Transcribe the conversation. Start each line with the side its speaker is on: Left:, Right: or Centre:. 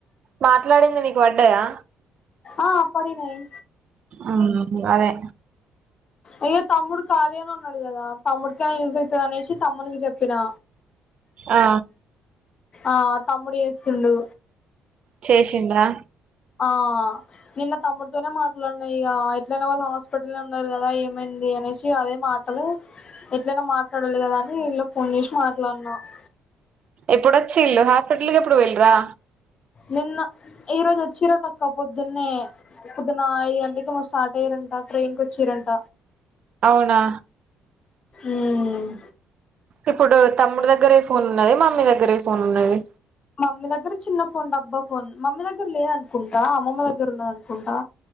Right: మాట్లాడింది నీకు పడ్డాయా
Left: ఆ పడినాయి
Right: ఆ అదే
Left: అయ్యో తమ్ముడు ఖాళీ గానే ఉన్నాడు కదా తమ్ముడికైనా యూజ్ అయితది అనేసి తమ్మునికి చెప్పినా
Right: ఆ
Left: ఆ తమ్ముడు చేస్తుండు
Right: చేసిండా
Left: ఆ నిన్న తమ్ముడుతోనే మాట్లాడిన ఇగ ఎట్లయినా వాళ్ళు హాస్పిటల్లో ఉన్నారు కదా ఏమైంది దనేసి అదే మాటలు ఎట్లైనా మాట్లాడాలి కదా అని ఇగ ఫోన్ చేసి మాట్లాడినా <inaudible>
Right: ఎప్పుడొచ్చిల్లు హాస్పిటల్కి ఎప్పుడు పోయిల్లు రా
Left: నిన్న ఈరోజు వచ్చిరటక్క పొద్దున్నే పొద్దున ఐదు గంటలకి మో స్టాట్ అయ్యారంట ట్రైన్ కి వచ్చిరంట
Right: అవునా
Left: ఊమ్
Right: ఇప్పుడు తమ్ముడి దగ్గర ఏ ఫోన్ ఉన్నది మమ్మీ దగ్గర ఏ ఫోన్ ఉన్నది
Left: మమ్మీ దగ్గర చిన్న ఫోన్ డబ్బా ఫోన్ మమ్మీ దగ్గర లేదనుకుంటా అమ్మమ్మ దగ్గర ఉన్నదనుకుంటా